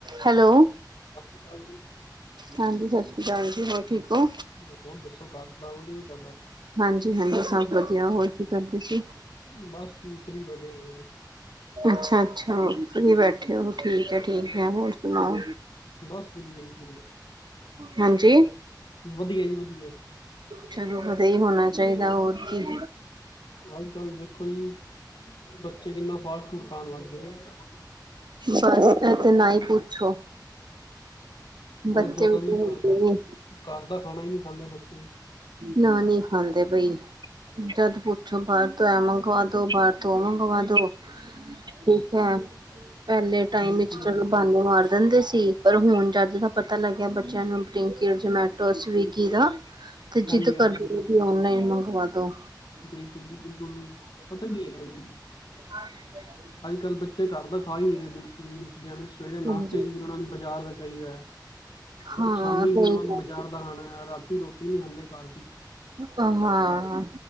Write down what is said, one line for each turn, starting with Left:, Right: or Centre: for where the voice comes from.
Right: Hello.
Left: ਸਤਿ ਸ੍ਰੀ ਅਕਾਲ ਜੀ।
Right: ਹਾਂਜੀ 'ਸਤਿ ਸ੍ਰੀ ਅਕਾਲ'ਜੀ ਹੋਰ ਠੀਕ ਹੋ।
Left: ਹੁਣ ਦੱਸੋ <unintelligible>
Right: ਹਾਂਜੀ ਹਾਂਜੀ ਸਭ ਵਧੀਆ ਹੋਰ ਕੀ ਕਰਦੇ
Left: <inaudible>
Right: ਸੀ
Left: ਬਸ ਤੀਸਰੀ ਬੈਠਿਆ ਨੇ।
Right: ਅੱਛਾ, ਅੱਛਾ ਫਰੀ ਬੈਠੇ ਹੋ ਠੀਕ ਐ, ਠੀਕ ਐ ਹੋਰ ਸੁਣਾਓ।
Left: ਬਸ ਵਧੀਆ, ਵਧੀਆ।
Right: ਹਾਂਜੀ।
Left: ਵਧੀਆ ਜੀ ਵਧੀਆ।
Right: ਚਲੋ ਵਧੀਆ ਹੀ ਹੋਣਾ ਚਾਹੀਦੈ ਹੋਰ ਕੀ।
Left: ਅੱਜ ਕੱਲ ਵੇਖੋ ਜੀ ਬੱਚੇ ਕਿੰਨਾ ਫਾਸਟ ਫੂਡ ਖਾਣ ਲੱਗ ਗਏ ਆ।
Right: ਬਸ ਐ ਤੇੇ ਨਾ ਹੀ ਪੁੱਛੋ।
Left: ਬਹੁਤ
Right: ਬੱਚੇ
Left: ਜ਼ਿਆਦਾ
Right: ਵੀ
Left: ਜੀ ਘਰ, ਘਰ ਦਾ ਖਾਣਾ ਹੀ ਨਹੀਂੀ ਖਾਂਦੇ ਬੱਚੇ
Right: ਨਾ ਨਹੀਂ ਖਾਂਦੇ ਪਈ। ਜਦ ਪੁੱਛੋ ਬਾਹਰ ਤੋਂ ਐ ਮੰਗਵਾ ਦੋ ਬਾਹਰ ਤੋਂ ਉਹ ਮੰਗਵਾ ਦੋ। ਠੀਕ ਹੈ, ਪਹਿਲੇ ਟਾਈਮ
Left: ਬਿਲਕੁਲ
Right: ਵਿੱਚ ਚਲੋ
Left: ਜੀ।
Right: ਬਾਨੇ ਮਾਰ ਦਿੰਦੇ ਸੀ ਪਰ ਹੁਣ ਜਦ ਦਾ ਪਤਾ ਲੱਗਿਆ ਬੱਚਿਆਂ ਨੂੰ ਜਮੈਟੋ, ਸਵੀਗੀ ਦਾ ਤੇ ਜਿੱਦ
Left: ਹਾਂਜੀ ਹਾਂਜੀ,
Right: ਕਰਦੇ ਕਿ ਓਨਲਾਈਨ ਮੰਗਵਾ ਦੋ।
Left: ਬਿਲਕੁਲ ਜੀ ਬਿਲਕੁਲ ਪਤਾ ਕੀ ਹੈ ਜੀ
Right: ਹਾਂ <inaudible>
Left: ਅੱਜ ਕੱਲ੍ਹ ਬੱਚੇ ਘਰ ਦਾ ਖਾ ਹੀ ਨਹੀਂ ਰਹੇ ਬਿਲਕੁਲ ਵੀ ਜਿਵੇਂ ਸਵੇਰੇ ਨਾਸ਼ਤੇ
Right: ਹਾਂਜੀ
Left: ਵਿਚ ਉਹਨਾਂ ਨੂੰ ਬਾਜ਼ਾਰ ਦਾ ਚਾਹੀਦਾ ਹੈ।
Right: ਹਾਂ
Left: ਸ਼ਾਮੀ
Right: ਸਹੀ
Left: ਵੀ ਉਹਨਾਂ ਨੂੰ
Right: ਗੱਲ
Left: ਬਾਜ਼ਾਰ ਦਾ ਖਾਣੈ ਰਾਤੀ ਰੋਟੀ ਨਹੀਂ ਖਾਂਦੇ ਘਰ ਦੀ।
Right: ਹਾਂ।